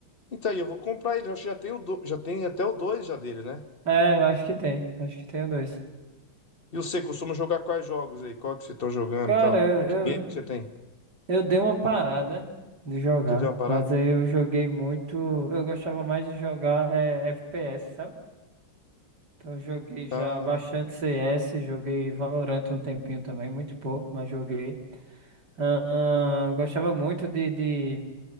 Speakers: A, on the left (about 30°); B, on the right (about 55°).
A: Então aí, eu vou comprar ele. Eu acho que já tem o do... já tem até o 2 já dele, né?
B: É, eu acho que tem, acho que tem dois.
A: E você costuma jogar quais jogos aí? Qual que vocês estão jogando
B: Cara,
A: e tal?
B: eu,
A: Que game
B: eu,
A: que você tem?
B: eu dei uma parada de jogar,
A: Entendeu a parada?
B: mas aí eu joguei muito, eu gostava mais de jogar é, FPS, sabe? Então, eu joguei já
A: Ah,
B: bastante CS, joguei Valorant um tempinho também, muito pouco, mas joguei. Ah, ah, gostava muito de, de